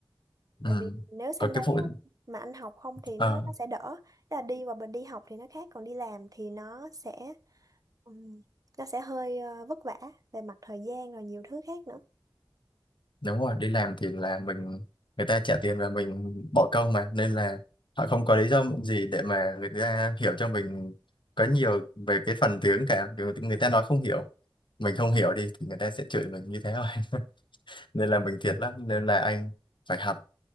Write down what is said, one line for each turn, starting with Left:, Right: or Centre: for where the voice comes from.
Right: Tại
Left: ừ.
Right: vì nếu sang
Left: còn
Right: đấy
Left: cái vụ
Right: á, mà anh học không thì
Left: ờ,
Right: nó nó sẽ đỡ. Tức là đi và mình đi học thì nó khác, còn đi làm thì nó sẽ ừm, nó sẽ hơi ờ, vất vả về mặt thời gian rồi nhiều thứ khác nữa.
Left: đúng rồi đi làm thì là mình người ta trả tiền và mình bỏ công mà nên là họ không có lý do gì để mà người ta hiểu cho mình có nhiều về cái phần tiếng cả Kiểu người ta nói không hiểu mình không hiểu đi thì người ta sẽ chửi mình như thế thôi <laughs> nên là mình thiệt lắm nên là anh phải học